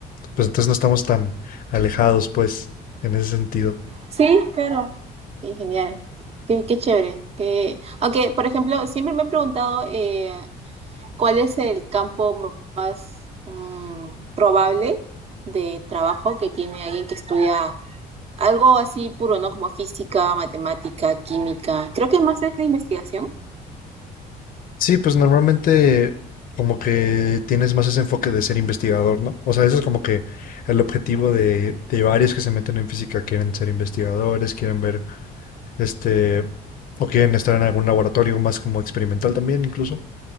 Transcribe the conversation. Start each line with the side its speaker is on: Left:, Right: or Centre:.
Left: Pues entonces no estamos tan alejados, pues, en ese sentido.
Right: Sí, claro. Sí, genial. Qué, qué chévere. Que Aunque, por ejemplo, siempre me he preguntado eh, cuál es el campo más mm, probable de trabajo que tiene alguien que estudia Algo así puro, ¿no? Como física, matemática, química. Creo que más es la investigación.
Left: Sí, pues normalmente como que tienes más ese enfoque de ser investigador, ¿no? O sea, eso es como que el objetivo de, de varios que se meten en física. Quieren ser investigadores, quieren ver, este, o quieren estar en algún laboratorio más como experimental también, incluso.